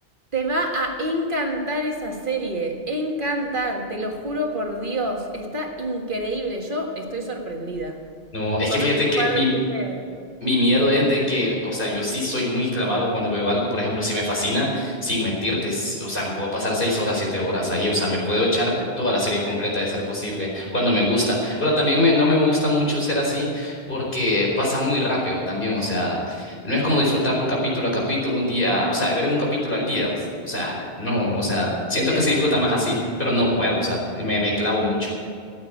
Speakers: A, on the right; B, on the left.
A: Te va a encantar esa serie, encantar, te lo juro por Dios, está increíble, yo estoy sorprendida.
B: No, es
A: Conozco
B: que fíjate
A: un
B: que
A: par
B: mi,
A: de gente...
B: Mi miedo
A: Dime,
B: es de que, o sea, yo sí soy muy clavado cuando veo algo, por ejemplo, si me fascina, sin mentirte, s- o sea, me puedo pasar seis horas, siete horas ahí, o sea, me puedo echar toda la serie completa de ser posible cuando me gusta, pero también me, no me gusta mucho ser así porque pasa muy rápido también, o sea, no es como disfrutarlo capítulo a capítulo, un día, o sea, ver un capítulo al día, o sea, no, o sea, siento
A: dime.
B: que se disfruta más así, pero no puedo, o sea, me, me clavo mucho.